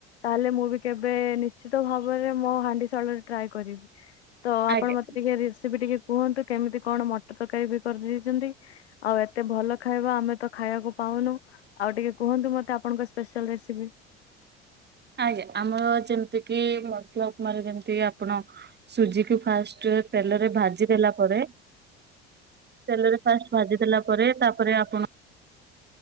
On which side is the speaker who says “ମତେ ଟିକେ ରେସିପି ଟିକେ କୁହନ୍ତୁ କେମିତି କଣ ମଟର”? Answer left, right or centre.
Left